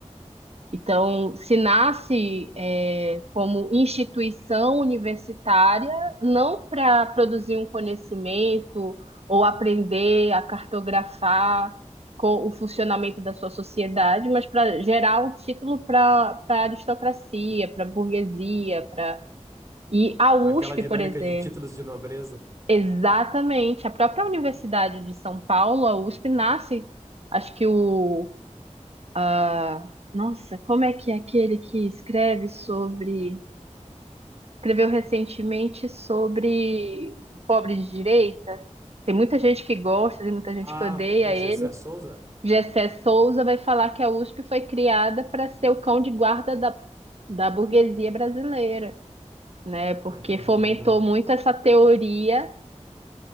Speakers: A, on the right; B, on the right.
A: Então, se nasce é, como instituição universitária, não para produzir um conhecimento ou aprender a cartografar co- o funcionamento da sua sociedade, mas para gerar um título para a aristocracia, para a burguesia, para e a USP,
B: Naquela dinâmica
A: por exemplo.
B: de títulos de nobreza.
A: Exatamente, a própria Universidade de São Paulo, a USP, nasce, acho que o ah, nossa, como é que é aquele que escreve sobre, escreveu recentemente sobre o pobre de direita? Tem muita gente que gosta, tem muita gente
B: Ah,
A: que odeia
B: o
A: ele.
B: Gessé Souza?
A: Gessé Souza vai falar que a USP foi criada para ser o cão de guarda da, da burguesia brasileira, né? Porque
B: <laughs>
A: fomentou muito essa teoria